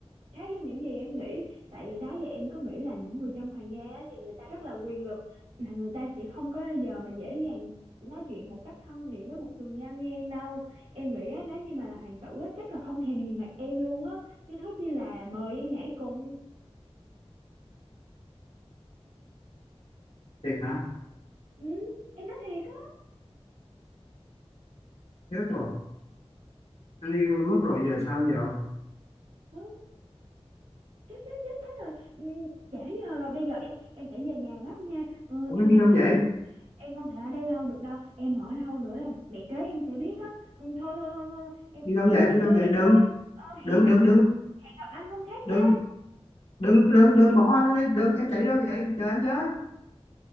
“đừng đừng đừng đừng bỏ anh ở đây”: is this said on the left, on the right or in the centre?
Left